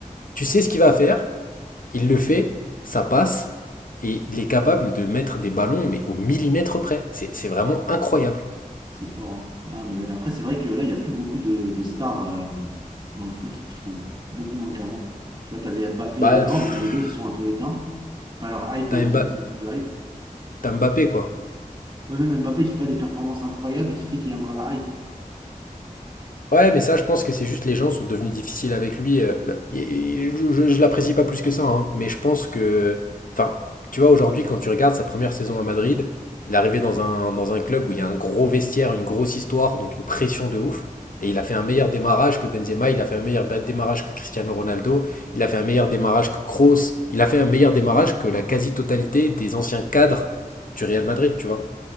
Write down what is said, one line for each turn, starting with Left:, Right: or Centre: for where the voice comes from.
Left: tu sais ce qu'il va faire, il le fait, ça passe. Et il est capable de mettre des ballons, mais au millimètre près. C'est c'est vraiment incroyable.
Right: c'est fort. hein. Non, mais ouais, après, c'est vrai que là, il n'y a plus beaucoup de, de stars euh, dans le foot, je trouve. Beaucoup moins qu'avant. Là, t'avais Mbappé
Left: Bah,
Right: et Haaland,
Left: pff,
Right: mais les deux se sont un peu éteints. Enfin, leur hype,
Left: t'as
Right: ils
Left: Mba-
Right: ont, ils ont plus de hype.
Left: t'as Mbappé, quoi.
Right: Ouais, même Mbappé, il fait pas des performances incroyables qui fait qu'il a encore la hype.
Left: Ouais, mais ça, je pense que c'est juste les gens sont devenus difficiles avec lui. euh, bah, et- et je, je- je l'apprécie pas plus que ça, hein, mais je pense que. Enfin, tu vois, aujourd'hui, quand tu regardes sa première saison à Madrid, il est arrivé dans un, dans un club où il y a un gros vestiaire, une grosse histoire, donc une pression de ouf. Et il a fait un meilleur démarrage que Benzema, il a fait un meilleur ba- démarrage que Cristiano Ronaldo, il a fait un meilleur démarrage que Kroos, il a fait un meilleur démarrage que la quasi-totalité des anciens cadres du Real Madrid, tu vois.